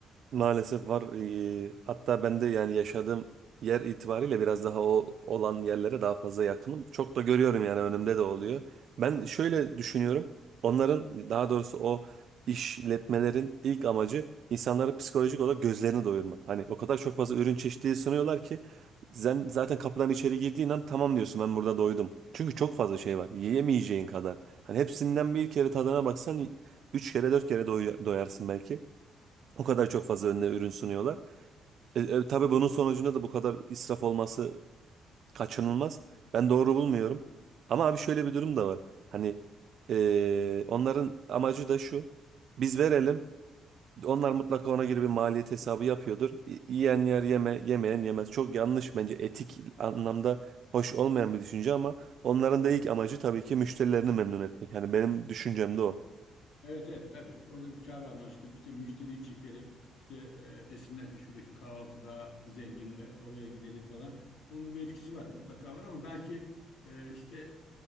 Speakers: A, on the right; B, on the left.
A: Maalesef var. Ee, hatta ben de yani yaşadığım yer itibariyle biraz daha o olan yerlere daha fazla yakınım. Çok da görüyorum yani önümde de oluyor. Ben şöyle düşünüyorum. Onların daha doğrusu o işletmelerin ilk amacı insanları psikolojik olarak gözlerini doyurmak. Hani o kadar çok fazla ürün çeşitliliği sunuyorlar ki sen zaten kapıdan içeri girdiğin an tamam diyorsun ben burada doydum. Çünkü çok fazla şey var. Yiyemeyeceğin kadar. Hani hepsinden bir kere tadına baksan üç kere dört kere doy- doyarsın belki. O kadar çok fazla önüne ürün sunuyorlar. E, e, tabii bunun sonucunda da bu kadar israf olması kaçınılmaz. Ben doğru bulmuyorum. Ama abi şöyle bir durum da var. Hani e, onların amacı da şu. Biz verelim. Onlar mutlaka ona göre bir maliyet hesabı yapıyordur. Y- Yiyen yer yeme, yemeyen yemez. Çok yanlış bence etik anlamda hoş olmayan bir düşünce ama onların da ilk amacı tabii ki müşterilerini memnun etmek. Hani benim düşüncem de o.
B: Evet evet tabii orada bir kar amaçlı işte müşteriyi çekelim işte e, desinler ki şuradaki kahvaltı daha zengin e, oraya gidelim falan onun bir etkisi var mutlaka var ama belki e, işte